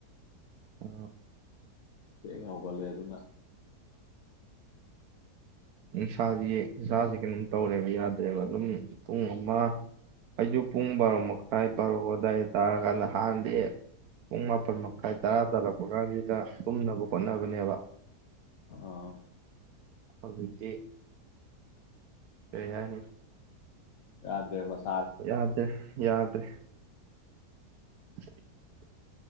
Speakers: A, on the right; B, on the left.
A: ꯑ
B: ꯀꯀꯜꯂꯦ ꯑꯗꯨ ꯑꯗꯨꯅ
A: ꯑꯦ ꯁꯥꯁꯤ ꯁꯥꯁꯤ ꯀꯩꯅꯣꯝ ꯇꯧꯔꯦꯕ ꯌꯥꯗꯦ ꯑꯗꯨꯒ ꯑꯗꯨꯝ ꯄꯨꯡ ꯑꯃ ꯑꯌꯨꯛ ꯄꯨꯡ ꯕꯥꯔꯣꯃꯨꯛ ꯈꯥꯏ ꯄꯥꯔꯛ ꯑꯗꯥꯋꯥꯏꯗ ꯇꯥꯔꯀꯥꯟꯗ ꯍꯥꯟꯅꯗꯤ ꯄꯨꯡ ꯃꯥꯄꯟ ꯃꯈꯥꯏ ꯇꯔꯥ ꯇꯥꯜꯂꯛꯄ ꯀꯥꯟꯁꯤꯗ ꯇꯨꯝꯅꯕ ꯍꯣꯠꯅꯕꯅꯦꯕ
B: ꯑꯥ
A: ꯑꯛꯇꯗꯤ ꯌꯥꯅ
B: ꯌꯥꯗ꯭ꯔꯦꯕꯁ
A: ꯌꯥꯗ꯭ꯔꯦ ꯌꯥꯗ꯭ꯔꯦ <unintelligible>